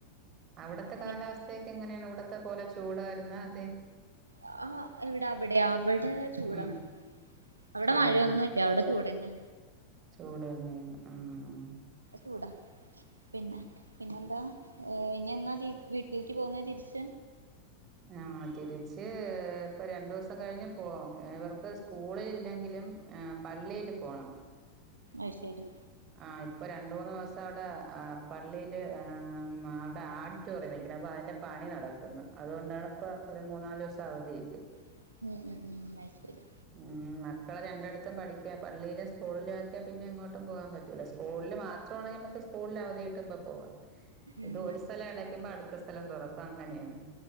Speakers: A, on the right; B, on the right.
A: അവിടുത്തെ കാലാവസ്ഥയൊക്കെ
B: പിന്നെ
A: ങ്ങനെയാണ് ഇവിടത്തെ പോലെ ചൂടാരുന്നതെ
B: ആ എവിട അവിടെയാ ഇവിടെ ചൂടാണ്
A: ഉം
B: അവിടെ
A: ചൂടാണ്
B: മഴയൊന്നുല്ല അവിടെ ചൂട്ന്നെ
A: ചൂട് തന്നെയാണ് ഉം
B: ചൂട പിന്നെ പിന്നെന്താ ഇനിയെന്നാ വീട്ടിക് എണീറ്റ്ക്ക് പോകുന്ന തിരിച്ച
A: ആം തിരിച്ച് ഇപ്പൊ രണ്ടു ദിവസം കഴിഞ്ഞ് പോകും ഇവർക്ക് സ്കൂളിൽ ഇല്ലെങ്കിലും പള്ളിയില് പോണം
B: അത്ശരി
A: ആ ഇപ്പൊ രണ്ടു മൂന്ന് ദിവസം അവിടെ പള്ളിയില് അവിടെ ആഡിറ്റോറിയം വക്കണ അപ്പൊ അതിന്റെ പണി നടക്കുന്നു അതുകൊണ്ടാണ് ഇപ്പൊ ഒരു മൂന്നാലു ദിവസം അവധി ഇട്ട്
B: <inaudible>
A: ഉം മക്കളെ രണ്ടടത്തും പഠിക്കാ പള്ളിയിലും സ്കൂളിലു വൊക്കെ പിന്നെ എങ്ങോട്ടും പോകാൻ പറ്റൂല സ്കൂളില് മാത്രമാണെങ്കിൽ നമുക്ക് സ്കൂളിൽ അവധി കിട്ടുമ്പ പോവാഇത്
B: ഉം
A: ഒരു സ്ഥലം ഇടയ്ക്കുമ്പോ അടുത് ഇ സ്ഥലം തുറക്കാ അങ്ങനെയും